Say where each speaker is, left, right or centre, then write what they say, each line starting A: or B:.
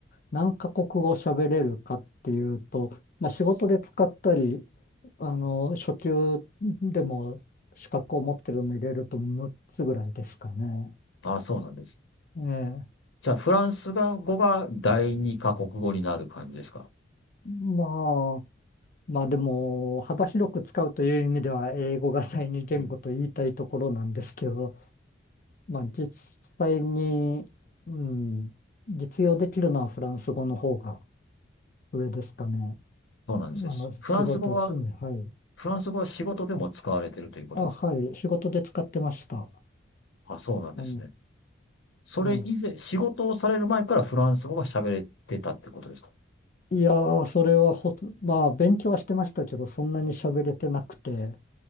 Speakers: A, on the left; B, on the left.
A: 何カ国語喋れるかっていうと、まあ、仕事で使ったり、あの、初級でも資格を持ってるの入れると6つぐらいですかね。
B: あ、そうなんです。
A: ええ、
B: じゃあ、フランス語が第二カ国語になる感じですか
A: まあ、まあでも、幅広く使うという意味では、英語が第二言語と言いたいところなんですけど、
B: うん
A: まあ実際に、うん、実用できるのはフランス語の方が上ですかね。
B: そうなんですね。
A: あの、
B: フランス語は、
A: 仕事、趣味、はい。
B: フランス語は仕事でも使われてるということですか
A: あ、はい、仕事で使ってました。
B: あ、そうなんですね。
A: あの、
B: それ以前、
A: はい。
B: 仕事をされる前からフランス語が喋れてたってことですか
A: いやー、それはほと、まあ勉強はしてましたけど、そんなに喋れてなくて、え